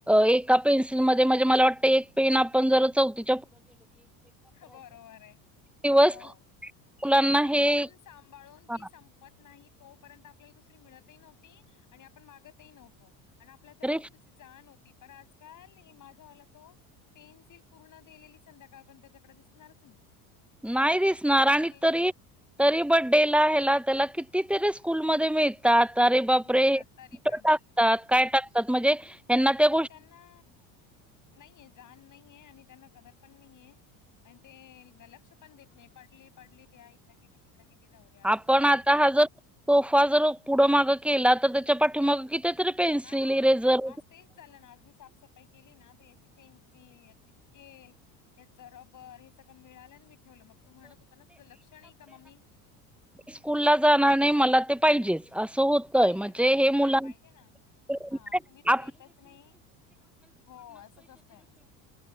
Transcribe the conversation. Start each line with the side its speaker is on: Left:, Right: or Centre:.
Centre: एका पेन्सिल मध्ये म्हणजे मला वाटतय एक पेन आपण जर चौथीत
Left: बरोबर आहे
Centre: दिवस
Left: हो
Centre: मुलांना
Left: सांभाळून
Centre: हे
Left: सांभाळून
Centre: हां,
Left: ती संपे पत नाही तोपर्यंत आपल्याला दुसरी मिळतही नव्हती आणि आपण मागतही नव्हतो. आणि आपल्या त्या वस्तूची
Centre: गिफ्ट
Left: जाण होती पण आजकाल माझा वाला तो पेन्सिल पूर्ण दिलेली संध्याकाळ पण त्याच्याकडे दिसणारच नाही.
Centre: नाही
Left: काय
Centre: दिसणार
Left: माहिती कुठे गेली
Centre: आणि तरी तरी बड्डेला ह्याला त्याला कितीतरी स्कूलमध्ये मिळ तात अरे बापरे
Left: मिळतात तरी पण
Centre: टाकतात
Left: हम्म.
Centre: काय टाकतात म्हणजे ह्यांना ते
Left: त्यांना नाहीेये जाण नाहीये आणि त्यांना कदर पण नाहीेये. आणि ते लक्ष पण देत नाही, पडली पडली द्या इकडे गेली तिकडे गेली जाऊ द्या असं
Centre: आपण
Left: काम
Centre: आता हा जर सोफा जर पुढं माग केला तर त्याच्या पाठीमाग किती तर पेन्सिल,
Left: हा
Centre: इरेझर
Left: आज तेच झालं ना आज मी साफसफाई केली ना तर याची पेन्सिल याची स्केल याच रबर हे सगळं मिळालं आणि मी ठेवलं मग तू म्हणत होत ना लक्ष नाही का मम्मी
Centre: स्कूल ला जाणार नाही, मला ते पाहिजेच असं होतय
Left: पाहिजेच
Centre: म्हणजे
Left: पाहिजेच
Centre: हे मुलां
Left: हा पाहिजे ना
Centre: <inaudible>
Left: हा तुम्ही तर देतच नाही हो असंच असतं यांचं